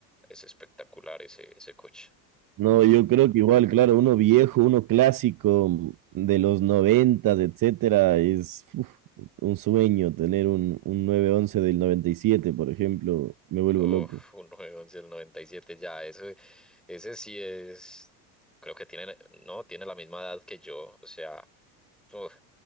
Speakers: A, in the centre; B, on the right.
A: es espectacular ese, ese coche.
B: No, yo creo que igual, claro, uno viejo, uno clásico de los noventas, etcétera, es un sueño tener un, un nueve once del 97 por ejemplo, me vuelvo
A: Uf,
B: loco.
A: un nueve once del 97 ya, ese, ese sí es, creo que tiene, no, tiene la misma edad que yo, o sea, uf,